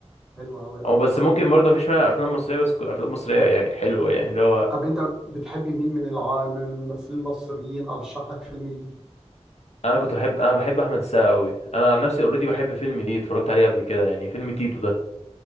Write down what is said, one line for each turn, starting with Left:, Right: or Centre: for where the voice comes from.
Centre: حلو قوي
Left: او
Centre: قوي
Left: بس
Centre: قوي
Left: ممكن برضه مفيش مانع افلام مصريه بس تكون افلام مصريه يعني حلوه يعني اللي هو
Centre: طب انت بتحبي مين من الع... من الممثلين المصريين ارشح لك فيلم ليه
Left: انا كنت بحب انا بحب احمد السقا قوي انا عن نفسي اوريدي بحب فيلم ليه اتفرجت عليه قبل كده يعني فيلم تيتو ده